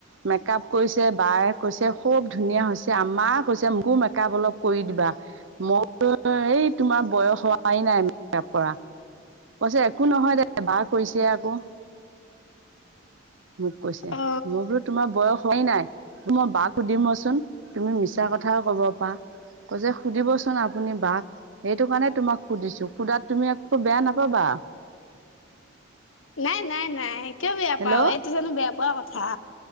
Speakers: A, on the right; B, on the left.
A: মেকআপ কৰিছে বাৰ কৈছে খুব ধুনীয়া হৈছে, আমা কৈছে মোকো মেক আপ অলপ কৰি দিবা মই সেই তোমাৰ বয়স হোৱ নাই মেকাপ কৰা কৈছে একো নহয় দে বাৰ কৈছে আকৌ। মোক কৈছে
B: অ
A: মই বোলো তোমাৰ বয়স হয় নাই, মই বাক সুধিম ৰচোন তুমি মিছা কথাও কব পাৰা। ক যে সুধিবচোন আপুনি বাক। সেইটো কাৰণে তোমাক সুধিছো সুধাত তুমি আকৌ বেয়া নাপাবা। <inaudible>
B: নাই, নাই, নাই। কিয় বেয়া
A: হেল্লো'
B: পাও এইটো জানো বেয়া পোৱা কথা